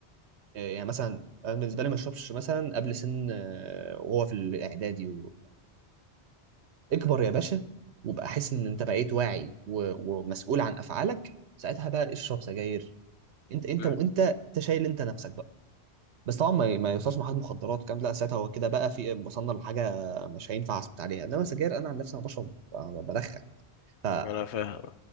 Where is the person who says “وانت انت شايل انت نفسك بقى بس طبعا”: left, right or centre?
Right